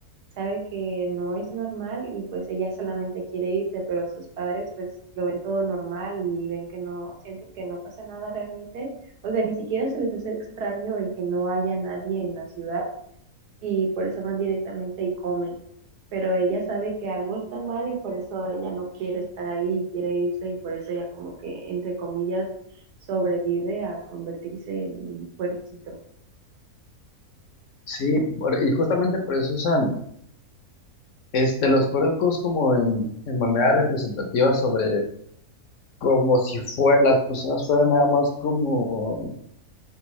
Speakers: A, on the right; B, on the left.
A: sabe que no es normal y pues ella solamente quiere irse, pero sus padres pues lo ven todo normal y ven que no, sienten que no pasa nada realmente o sea, ni siquiera se les hace extraño el que no haya nadie en la ciudad y por eso van directamente y comen. Pero ella sabe que algo está mal y por eso ella no quiere estar ahí, quiere irse y por eso ella como que, entre comillas, sobrevive a convertirse en un puerquito.
B: Sí, por- y justamente por eso usan Este, los puercos como en, en manera representativa sobre como si fue, las personas fueran nada más como,